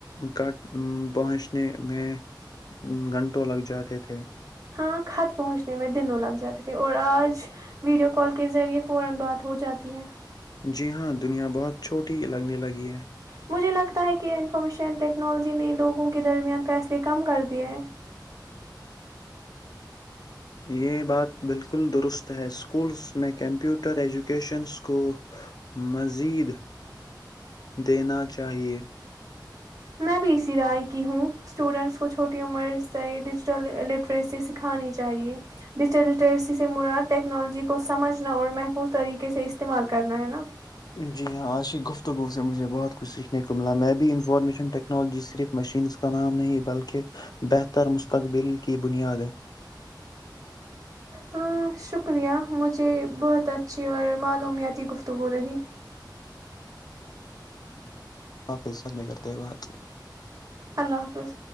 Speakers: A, on the left; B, on the right.
A: کٹ پہنچنے میں گھنٹوں لگ جاتے تھے
B: <unintelligible>
A: جی ہاں دنیا بہت چھوٹی لگنے لگی ہے
B: مجھے لگتا ہے کہ انفارمیشن ٹیکنالوجی نے لوگوں کے درمیان فیصلے کم کر دیے ہیں
A: یہ بات بالکل درست تو اسکولس میں کمپوٹر ہٹر ایجوکیشنس کو مزید دینا چاہیے
B: میں بھی اسی رائے کی ہوں اسٹوڈینٹس کو چھوٹی عمر سے ڈیجیٹل لٹریسی سکھانی چاہیے ڈیجیٹل لٹریسی سے مراد ٹیکنالوجی کو سمجھنا اور محفوظ طریقے سے استعمال کرنا ہے نا
A: جی ہاں آج کیی گفتگو سے مجھے بہت کچھ سیکھنے کو ملا میں بھی انفارمیشن ٹیکنالوجی صرف مشینز کا نام نہیں بلکہ بہتر مستقبل کی بنیاد ہے
B: ہاں شکریہ مجھے بہت اچھی اور معلومیاتی گفتگو رہی
A: خاف عزت میں کرتے بعد
B: اللہ حافظ